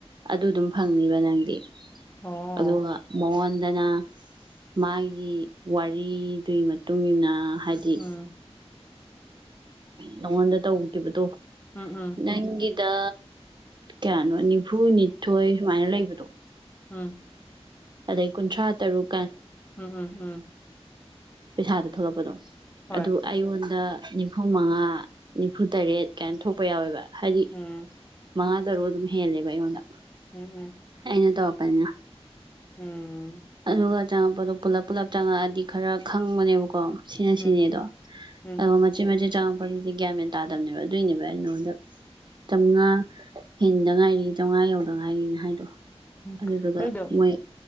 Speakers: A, on the right; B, on the left.
A: ꯑꯗꯨꯗꯨꯝ ꯐꯪꯅꯤꯕ ꯅꯪꯗꯤ
B: ꯑꯣ
A: ꯑꯗꯨꯒ ꯃꯉꯣꯟ ꯑꯗꯨꯅ ꯃꯥꯒꯤ ꯋꯥꯔꯤꯗꯨꯒꯤ ꯃꯇꯨꯡ ꯏ ꯃꯇꯨꯡꯏꯟꯅ ꯍꯥꯏꯗꯤ
B: ꯎꯝ
A: ꯅꯪꯉꯣꯟꯗ ꯇꯧꯈꯤꯕꯗꯣ
B: ꯎꯝ ꯎꯝ
A: ꯅꯪꯒꯤꯗ ꯀꯌꯥꯅꯣ ꯅꯤꯐꯨ ꯅꯤꯊꯣꯏ ꯁꯨꯃꯥꯏꯅ ꯂꯩꯕꯗꯣ
B: ꯎꯝ
A: ꯑꯗꯩ ꯀꯨꯟꯊ꯭ꯔꯥ ꯇꯔꯨꯛ
B: ꯎꯝ ꯎꯝ ꯎꯝ
A: ꯄꯩꯁꯥꯗ ꯊꯣꯛꯂꯛꯄꯗꯣ
B: ꯍꯣꯏ
A: ꯑꯗꯨ ꯑꯩꯉꯣꯟꯗ ꯅꯤꯐꯨ ꯃꯉꯥ ꯅꯤꯐꯨ ꯇꯔꯦꯠ ꯀꯥꯏꯅ ꯊꯣꯛꯄ ꯌꯥꯎꯋꯦꯕ ꯍꯥꯏꯗꯤ
B: ꯎꯝ
A: ꯃꯉꯥ ꯇꯔꯨꯛ ꯑꯗꯨꯝ ꯍꯦꯜꯂꯦꯕ ꯑꯩꯉꯣꯟꯗ
B: ꯎꯝ ꯎꯝ
A: ꯑꯩꯅ ꯇꯣꯄꯅꯤꯅ
B: ꯎꯝ
A: ꯑꯗꯨꯒ ꯆꯪꯉꯛꯄꯗꯣ ꯄꯨꯂꯞ ꯄꯨꯜꯂꯞ ꯆꯪꯉꯛꯑꯗꯤ ꯈꯔ ꯈꯪꯕꯅꯦꯕꯀꯣ ꯁꯤꯅ
B: ꯎꯝ
A: ꯁꯤꯅꯦ ꯑꯗꯣ
B: ꯎꯝ
A: ꯑ ꯃꯆꯦꯠ ꯃꯆꯦꯠ ꯆꯥ ꯑꯗꯨꯗꯤ ꯒ꯭ꯌꯥꯃꯦꯟ ꯇꯥꯗꯕꯅꯦꯕ ꯑꯗꯨꯏꯅꯦꯕ ꯑꯩꯉꯣꯟꯗ ꯆꯥꯝꯃꯉꯥ ꯍꯦꯟꯗ ꯉꯥꯏꯔꯤ ꯆꯥꯝꯃꯉ ꯌꯧꯗꯅꯉꯥꯏꯔꯤꯅꯦ ꯍꯥꯏꯗꯣ
B: ꯎꯝ
A: ꯑꯗꯨꯗꯨꯒ
B: ꯑꯩꯗꯣ
A: ꯃꯣꯏ